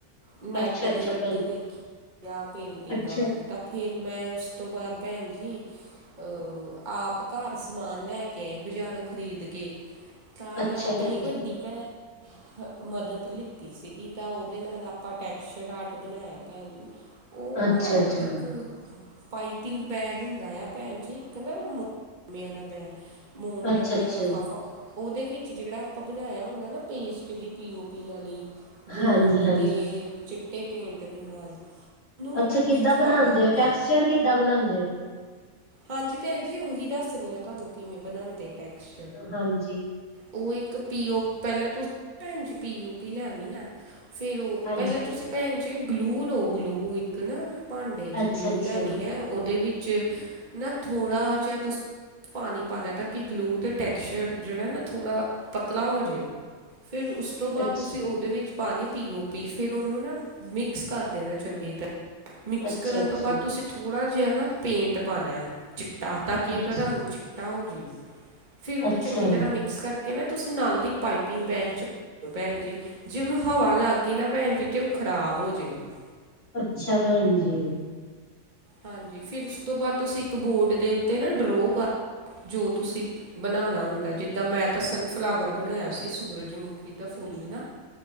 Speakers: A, on the right; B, on the left.
A: ਨੈੱਟ
B: ਅੱਛਾ ਅੱਛਾ
A: ਦੇ ਉੱਤੇ
B: ਭੈਣ
A: ਦੇਖੀ ਆ ਪੇਂਟਿੰਗਾਂ
B: ਅੱਛਾ
A: ਤਾਂ ਫੇਰ ਮੈਂ ਉਸ ਤੋਂ ਬਾਦ ਪੈਣ ਜੀ ਅ ਆਪ ਘਰ ਸਮਾਨ ਲੈ ਕੇ ਆਈ ਬਜ਼ਾਰੋਂ ਖ਼ਰੀਦ ਕੇ। ਤਾਂ
B: ਅੱਛਾ
A: ਮੈਂ ਆਪਣੀ
B: ਭੈਣ
A: ਵੱਡੀ
B: ਜੀ
A: ਪੈਣ ਹ ਮਦਦ ਲਿੱਤੀ ਸੀਗੀ ਤਾਂ ਉਹਦੇ ਨਾਲ ਆਪਾਂ ਟੈਕਚਰ ਆਰਟ ਬਣਾਇਆ ਪੈਣ ਜੀ। ਉਹ ਨਾ
B: ਅੱਛਾ ਅੱਛਾ
A: ਇੱਕ ਪਾਈਪਿੰਗ ਬੈਗ ਹੁੰਦਾ ਆ ਪੈਣ ਜੀ, ਇੱਕ ਨਾ <unintelligible> ਬੈਗ ਮੋਮ
B: ਅੱਛਾ
A: ਜਾ ਪਿਆ
B: ਅੱਛਾ
A: ਲਿਫਾਫਾ ਉਹਦੇ ਵਿੱਚ ਜਿਹੜਾ ਆਪਾਂ ਬਣਾਇਆ ਹੁੰਦਾ ਨਾ ਪੇਸਟ ਜੀ ਪੀ ਓ ਪੀ ਵਾਲੀ ਗੂੰਦ
B: ਹਾਂਜੀ ਹਾਂਜੀ
A: ਤੇ ਚਿੱਟੇ ਪੇਂਟ ਦੇ ਨਾਲ। ਨੂੰ
B: ਅੱਛਾ ਕਿੱਦਾਂ
A: ਵਿੱਚ
B: ਬਣਾਉਂਦੇ
A: ਪਾਣਾ ਹੁੰਦਾ
B: ਓ, ਟੈਕਸਚਰ
A: ਹੈ।
B: ਕਿੱਦਾਂ ਬਣਾਉਂਦੇ ਓ?
A: ਹਾਂਜੀ ਪੈਣ ਜੀ ਉਹੀ ਦੱਸਰੀ ਆਂ ਤਹਾਨੂੰ ਕਿਵੇਂ ਬਣਾਂਦੇ ਟੈਕਸ
B: ਹਾਂਜੀ।
A: ਉਹ ਇੱਕ ਪੀ ਓ ਪਹਿਲਾਂ ਤੁਸੀਂ ਭ ਪੀਓ ਪੀ ਲੈਣੀ ਹੈ ਫਿਰ ਉਹ
B: ਹਾਂਜੀ
A: ਪਹਿਲਾਂ ਤੁਸੀਂ ਭੈਣ ਜੀ ਗਲੂ ਲੋ ਗਲੂ ਇੱਕ ਨਾ ਭਾਂਡੇ ਚ
B: ਅੱਛਾ
A: ਗਲੂ
B: ਅੱਛਾ
A: ਲੈਣੀ ਹੈ। ਉਹਦੇ ਵਿੱਚ ਨਾ ਥੋੜ੍ਹਾ ਜਿਆ ਤੁਸੀ ਪਾਣੀ ਪਾਉਂਣਾ ਤਾਂ ਕਿ ਗਲੂ ਦੇ ਟੈਕਸਚਰ ਜਿਹੜਾ ਨਾ ਥੋੜ੍ਹਾ ਪਤਲਾ ਹੋ ਜੇ। ਫਿਰ ਉਸ ਉਸ ਤੋਂ ਬਾਅਦ
B: ਅੱਛ
A: ਤੁਸੀਂ ਉਹਦੇ ਵਿੱਚ ਪਾਣੀ ਪੀਓ ਪੀ। ਫਿਰ ਉਹਨੂੰ ਨਾ ਮਿਕਸ ਕਰ ਦੇਣਾ ਚੰਗੀ ਤਰ੍ਹਾਂ ਮਿਕਸ
B: ਅੱਛਾ
A: ਕਰਨ
B: ਅੱਛਾ
A: ਤੋਂ ਬਾਅਦ ਤੁਸੀਂ ਥੋੜ੍ਹਾ ਜਿਹਾ ਨਾ ਪੇਂਟ ਪਾਣਾ ਏ ਚਿੱਟਾ ਤਾਂ ਕਿ
B: ਅੱਛ
A: ਉਹਦਾ ਰੰਗ ਚਿੱਟਾ ਹੋ ਜਾਵੇ ਫਿਰ ਉਹਨੂੰ
B: ਅੱਛਾ
A: ਚੰਗੀ ਤਰ੍ਹਾਂ ਮਿਕਸ ਕਰ ਕੇ ਤੁਸੀਂ ਨਾਲ ਈ ਪਾਈਪਿੰਗ ਬੈਗ 'ਚ ਭੈਣ ਜੀ ਜੇ ਉਹਨੂੰ ਹਵਾ ਲੱਗ ਗਈ ਨਾ ਭੈਣ ਜੀ ਤੇ ਉਹ ਖ਼ਰਾਬ ਹੋ ਜੇਗਾ।
B: ਅੱਛਾ? ਭੈਣ ਜੀ,
A: ਹਾਂਜੀ, ਫਿਰ ਉਸ ਤੋਂ ਬਾਅਦ ਤੁਸੀਂ ਇੱਕ ਬੋਰਡ ਦੇ ਉੱਤੇ ਨਾ ਡਰੋ ਕਰ ਜੋ ਤੁਸੀਂ ਬਣਾਉਣਾ ਹੁੰਦਾ, ਜਿੱਦਾਂ ਮੈਂ ਤਾਂ ਸਨਫਲਾਵਰ ਬਣਾਇਆ ਸੀ ਸੂਰਜਮੁਖੀ ਦਾ ਫੁੱਲ ਨਾ